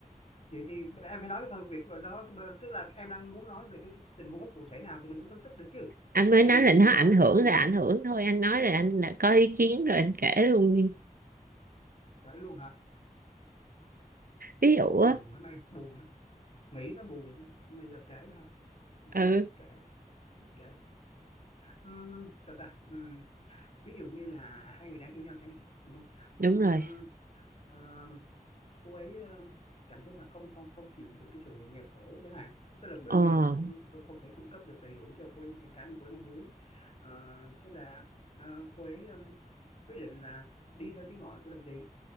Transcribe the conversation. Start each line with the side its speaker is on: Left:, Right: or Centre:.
Left: vậy thì em phải nói cái phần việc đó tức là em đang muốn nói về cái, cái tình huống cụ thể nào thì mình mới phân tích được chứ
Right: anh
Left: chứ
Right: mới
Left: giờ
Right: nói
Left: mình
Right: là nó
Left: mình
Right: ảnh
Left: nói
Right: hưởng
Left: vậy sao em
Right: là
Left: biết
Right: ảnh
Left: được
Right: hưởng thôi anh nói là anh là có ý kiến rồi anh kể luôn đi
Left: phải luôn hả
Right: ví dụ
Left: buồn
Right: á
Left: lắm em buồn lắm nghĩ nó buồn bây giờ kể hả
Right: ừ
Left: kể kể kể kể Ừm, sao ta Ừm, ví dụ như là hai người đang yêu nhau chẳng hạn đúng không
Right: đúng
Left: Ừm,
Right: rồi
Left: ờ, cô ấy ờ, cảm thấy là không không không chịu được cái sự nghèo khổ chẳng hạn tức là bởi
Right: ờ
Left: vì là mình không không thể cung cấp được đầy đủ cho cô ấy những cái mà cô ấy mong muốn Ờ, thế là ờ, cô ấy ừm, quyết định là đi theo tiếng gọi của đồng tiền